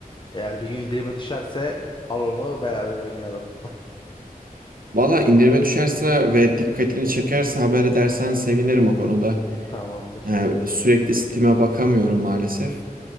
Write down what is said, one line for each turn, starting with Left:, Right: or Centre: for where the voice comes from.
Left: Eğer bir gün indirime düşerse al onu beraber oynayalım.
Right: Valla indirime düşerse ve dikkatini çekerse haber edersen sevinirim o konuda.
Left: <laughs> Tamamdır.
Right: Ee, sürekli Steam'e bakamıyorum maalesef.